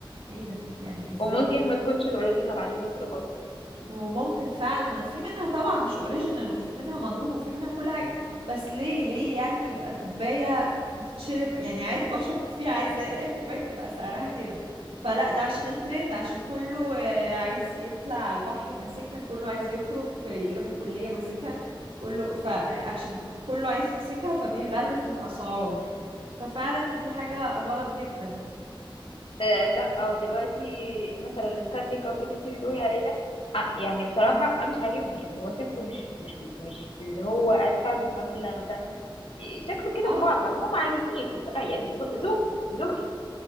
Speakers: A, on the right; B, on the left.
A: ايه ده يعني ازاي
B: وممكن ما تكونش الاوريجينال على فكره برضه
A: وممكن فعلا وفي منها طبعا مش اوريجينال وفي منها مضروب وفي منها كل حاجة بس ليه ليه يعني يبقى كوباية بتتشرب يعني عادي بشرب فيها عادي زي اي كوباية تبقى سعرها كده فلا ده عشان الترند عشان كله آه، عايز يطلع على البحر ماسكها كله عايز يخرج يروح الكلية ماسكها كله فعشان كله عايز يمسكها فبيغلوا في الأسعار ففعلا دي حاجة غلط جدا
B: آه لا او دلوقتي مثلا الستانلي كاب اللي انت بتقولي عليه ده آه يعني بصراحه
A: اه
B: انا مش عاجبني يعني هو شكله مش مش مش اللي هو ادفع له المبلغ ده شكله كده
A: آه،
B: مبعجر هو ما عاجبنيش بصراحه يعني ذوق ذوق ذوقي